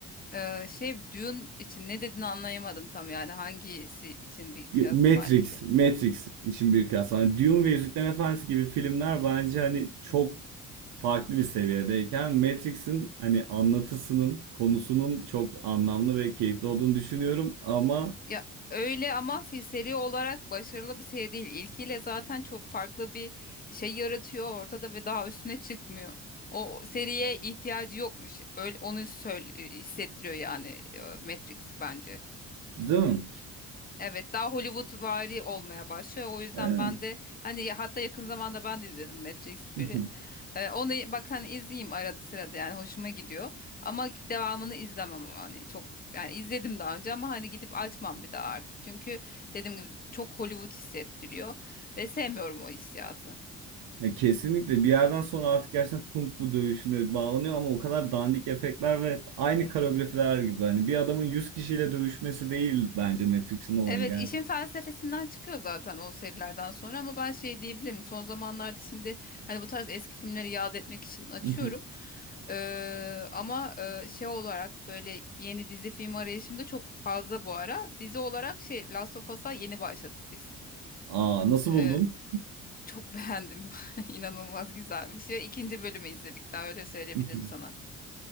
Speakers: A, on the left (about 25°); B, on the right (about 60°).
A: Ee, şey Dune için ne dediğini anlayamadım tam yani hangisi için bir kıyasım
B: Matrix,
A: halinde.
B: Matrix için bir kıyas. Hani Dune ve Yüzüklerin Efendisi gibi filmler bence hani çok farklı bir seviyedeyken Matrix'in hani anlatısının, konusunun çok anlamlı ve keyifli olduğunu düşünüyorum ama
A: Ya öyle ama fi- seri olarak başarılı bir seri değil. İlkiyle zaten çok farklı bir şey yaratıyor ortada ve daha üstüne çıkmıyor. O seriye ihtiyacı yokmuş. Öyle onu söyle, e, hissettiriyor yani e, Matrix bence.
B: değil mi?
A: Evet daha Hollywoodvari olmaya başlıyor. O yüzden
B: Evet.
A: ben de hani ya- hatta yakın zamanda ben de izledim Matrix
B: <laughs>
A: 1'i. Ee, onu bak hani izleyeyim arada sırada yani hoşuma gidiyor. Ama devamını izlemem hani çok yani izledim daha önce ama hani gidip açmam bir daha artık. Çünkü dediğim gibi çok Hollywood hissettiriyor ve sevmiyorum o hissiyatı.
B: Ya kesinlikle bir yerden sonra artık gerçekten kung fu dövüşüne bağlanıyor ama o kadar dandik efektler ve aynı koreografiler gibi hani bir adamın 100 kişiyle dövüşmesi değil bence Matrix'in olayı
A: Evet
B: gerçekten.
A: işin felsefesinden çıkıyor zaten o serilerden sonra ama ben şey diyebilirim son zamanlarda şimdi hani bu tarz eski filmleri yad etmek için açıyorum
B: <laughs>
A: Ee, ama e, şey olarak böyle yeni dizi film arayışımda çok fazla bu ara dizi olarak şey Last of Us'a yeni başladık biz
B: Aa nasıl
A: Ee,
B: buldun?
A: çok beğendim <laughs> inanılmaz güzelmiş ve ikinci bölümü izledik daha öyle söyleyebilirim
B: <laughs>
A: sana